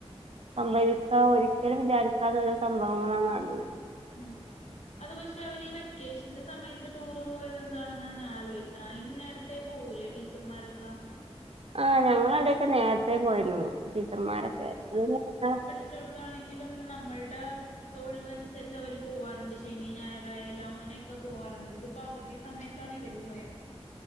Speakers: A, on the right; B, on the left.
A: സംഭവിക്കാ ഒരിക്കലും വിചാരിക്കാത ഒരോ സംഭവങ്ങളാ നടന്നേ
B: അതെ അത് പക്ഷെ അവര് ഈ വെക്കേഷന്റെ സമയത്ത് ടൂറ് പോയത് എന്താണെന്ന ഞാൻ ആലോയിക്കണേ അഇൻ നേരത്തെ പോവൂലേ ടീ ച്ചർമാരൊക്ക
A: ആ ഞങ്ങളവിടെയൊക്കെ നേരത്തെ പോയിരുന്നു ടീച്ചർമാരൊക്കെ ഇത് <unintelligible>
B: ച്ച് കൊടുത്താണെങ്കിലും നമ്മൾടെ തൊഴിവനുസരിച്ച് അവര് പോവാറുണ്ട് ശനി ഞായറായാലും അങ്ങനെയൊക്കെ പോവാാറുണ്ട് ഇതിപ്പോ അവധി സ് സമയത്താണ് ഇവര് പോയെ